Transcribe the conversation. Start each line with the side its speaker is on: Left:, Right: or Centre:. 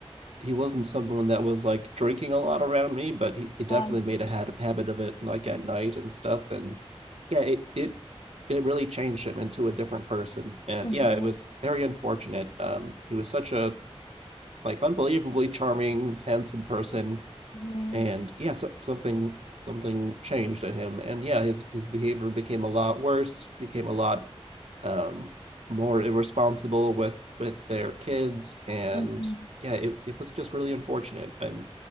Right: He wasn't someone that was like drinking a lot around me, but he, he definitely
Left: Um,
Right: made a had, habit of it, like at night and stuff. And yeah, it it it really changed him into a different person. And
Left: hmm
Right: yeah, it was very unfortunate. Um, he was such a like unbelievably charming, handsome person,
Left: hmm
Right: and yeah, so, something something changed in him. And yeah, his his behavior became a lot worse, became a lot um, more irresponsible with with their kids, and
Left: hmm
Right: yeah, it, it was just really unfortunate. And